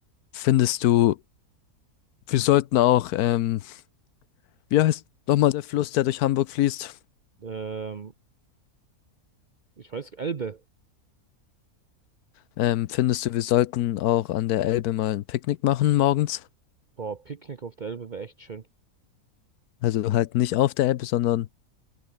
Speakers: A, on the left; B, on the right.
A: findest du, wir sollten auch, ähm, wie heißt nochmal der Fluss, der durch Hamburg fließt?
B: Ähm, ich weiß, Elbe.
A: Ähm, findest du, wir sollten auch an der Elbe mal ein Picknick machen morgens?
B: Boah, Picknick auf der Elbe wäre echt schön.
A: Also halt nicht auf der Elbe, sondern